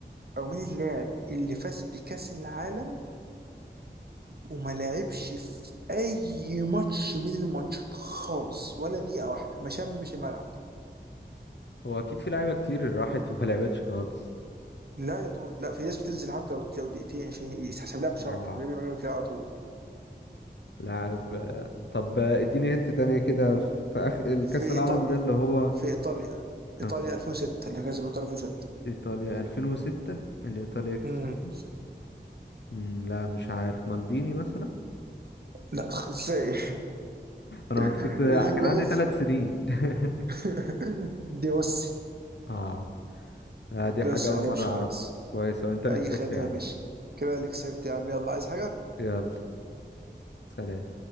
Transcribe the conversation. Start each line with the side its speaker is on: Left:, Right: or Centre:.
Right: او مين اللاعب اللي فاز بكاس العالم وما لعبش في اي ماتش من الماتشات خالص ولا دقيقه واحده ما شمش الملعب
Left: هو اكيد في لعيبه كتير راحت وما <laughs> لعبتش خالص
Right: لا يا دود لا في ناس بتنزل حتى لو لو دقيقتين عشان يتحسب لها مشاركه
Left: اه
Right: بيعملوا بيعملوا كده على طول
Left: لاعب آه، طب آه، اديني هنت تانية كده في اخ الكأس
Right: في ايطاليا
Left: العالم ده اللي هو
Right: في ايطاليا ايطاليا
Left: كان في
Right: 2006 اللي كسبت ايطاليا 2006
Left: ايطاليا 2006 اللي ايطاليا كسبته
Right: امم
Left: مم، لا مش عارف مالديني مثلا
Right: لا ازاي
Left: انا كنت
Right: <laughs>
Left: كنت <laughs>
Right: اللي
Left: كان
Right: فاز
Left: عندي ثلاث سنين <laughs>
Right: <laughs> دي بص
Left: اه لا، دي
Right: دي
Left: حاجة
Right: بص
Left: اول
Right: ما لعبش
Left: مرة اعرفها
Right: خالص
Left: كويس وانت اللي
Right: اي
Left: كسبت
Right: خدمه
Left: يا
Right: يا
Left: عم
Right: باشا كده اللي كسبت يا عم يلا عايز حاجه
Left: يلا سلام